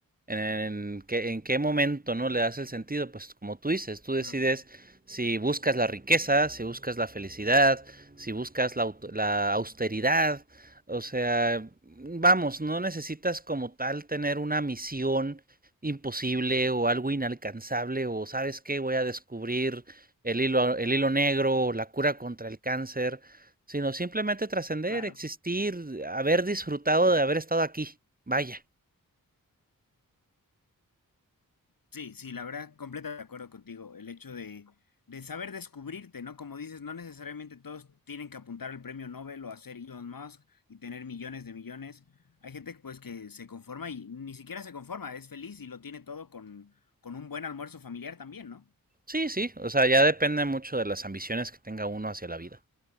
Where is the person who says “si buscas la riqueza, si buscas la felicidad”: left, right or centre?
Right